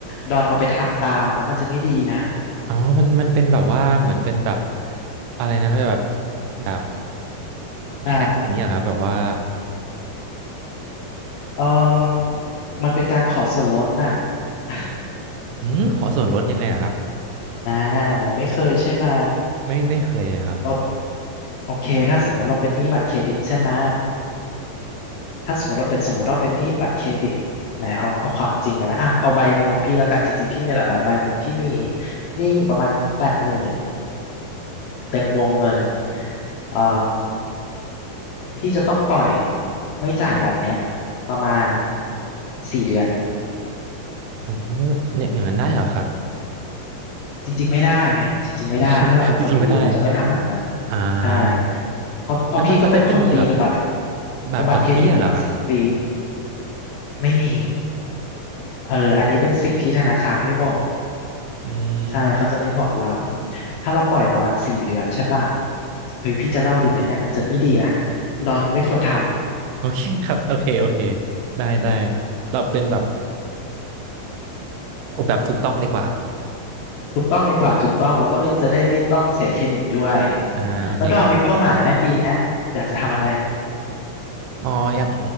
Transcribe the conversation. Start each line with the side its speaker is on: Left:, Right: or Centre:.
Left: ดอนเอาไปทำตามแล้วมันจะไม่ดีนะ
Right: อ๋อมันมันเป็นแบบว่าเหมือนเป็นแบบอะไรนะครับแบบแบบ
Left: แบบ
Right: แฮ็กสิ่างเงี้ยเหรอครับแบบว่า
Left: เออมมันเป็นการขอส่วนลดน่ะ <laughs>
Right: อืมขอส่วนลดยังไงเหรอครับ
Left: อ่าเราไม่เคยใช่ไหม
Right: ไม่ไม่เคยเลยครับ
Left: เราโอเคถ้าสมมติเราเป็นหนี้บัตรเครดิตใช่ไหม ถ้าสมมติเราเป็นสมมติเราเป็นหนี้บัตรเครดิตแหมเอาเอาความจริงเลยไหมอ่ะเอาใบหนึ่งของพี่แล้วกันจริงๆพี่มีหลายใบใบหนึ่งพี่มีหนี้อยู่ประมาณแปดหมื่นเต็มวงเงินเอ่อพี่จะต้องปล่อยไม่จ่ายบัตรเนี้ยประมาณสี่เดือน
Right: อ๋อเนี่ยอย่างนั้นได้เหรอครับ
Left: จริงๆไม่ได้ไงจริงๆไม่ได้ถ้าเราเป็นคนดีเราจะไม่ทำแบบนั้น
Right: <laughs> จริงๆไม่ได้อ่า
Left: ใช่เพราะเพราะพี่ก็เป็นคนดีกับบัตร
Right: แล้วมันเขาจะไม่มีแบบแบบดอกเบี้ยเหรอครับ
Left: กับบัตรเครดิตนี้มาสิบปีไม่มีเอออันนี้เป็นสิ่งที่ธนาคารไม่บอก
Right: อื
Left: ใช่เขาจะไม่บอกเรา
Right: ม
Left: ถ้าเราปล่อยประมาณสี่เดือนใช่ป่ะเฮ้ยพี่จะเล่าดีไหมเนี่ยมันจะไม่ดีนะดอนไม่ควรทำ
Right: โอเค <laughs> ครับ โอเค โอเค ได้ ได้ เราเป็นแบบเอาแบบถูกต้องดีกว่า
Left: ถูกต้องดีกว่าถูกต้องแล้วก็ไม่จะได้ไม่ต้องเสียเครดิตด้วยเออ
Right: <laughs> อ่า โอเคครับ
Left: แล้วดอนมีเป้าหมายไหมปีเนี้ยอยากจะทำอะไร
Right: อ๋ออย่าง